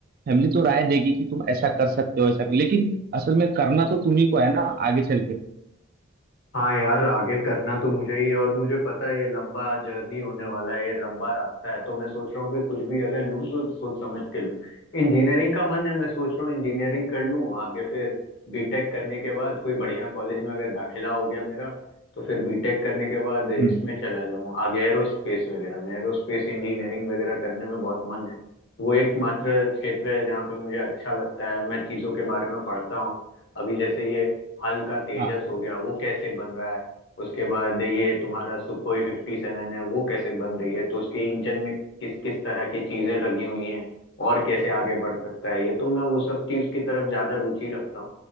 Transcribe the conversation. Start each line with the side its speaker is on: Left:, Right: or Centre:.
Right: फैमिली तो राय देगी कि तुम ऐसा कर सकते हो ऐसा कर लेकिन असल में करना तो तुम्ही को है ना आगे चल के
Left: हाँ यार आगे करना तो मुझे ही है और मुझे पता है ये लंबा जर्नी होने वाला है ये लंबा रास्ता है तो मैं सोच रहा हूँ कि कुछ भी अगर लूँ तो सोच समझ के लूँ इंजीनियरिंग का मन है मैं सोच रहा हूँ इंजीनियरिंग कर लूँ आगे फिर बीटेक करने के बाद कोई बढ़िया कॉलेज में अगर दाखिला हो गया मेरा तो फिर बीटेक करने के बाद इसमें
Right: हम्म
Left: चला जाऊँ आगे एरोस्पेस वगैरह में एरोस्पेस इंजीनियरिंग वगैरह करने में बहुत मन है वो एकमात्र क्षेत्र है जहाँ पे मुझे अच्छा लगता है मैं चीज़ों के बारे में पढ़ता हूँ अभी जैसे ये हल्का तेजस
Right: हाँ
Left: हो गया वो कैसे बन रहा है उसके बाद ये तुम्हारा सुखोई फिफ्टी सेवन है वो कैसे बन रही है तो उसके इंजन में किस किस तरह की चीजें लगी हुई हैं और कैसे आगे बढ़ सकता है ये तो मैं वो सब चीज की तरफ ज्यादा रुचि रखता हूँ